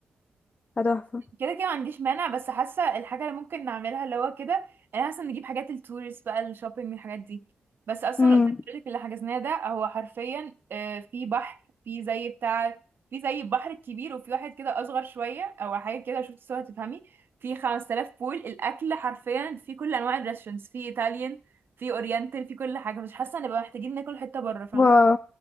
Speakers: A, on the left; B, on the right.
A: هتحفة
B: كده كده ما عنديش مانع بس حاسه الحاجه اللي ممكن نعملها اللي هو كده انا حاسه نجيب حاجات التوريست بقى الشوبينج الحاجات دي بس اصلا
A: امم
B: لو قلت لك اللي حجزناه ده هو حرفيا آه، في بحر في زي بتاع في زي البحر الكبير وفي واحد كده اصغر شويه او حاجه كده شفت صور تفهمي في 5000 بول الاكل حرفيا في كل انواع الريستورانتس في ايطاليان في اورينتال في كل حاجه مش حاسه نبقى محتاجين ناكل حته بره فاهمه
A: واو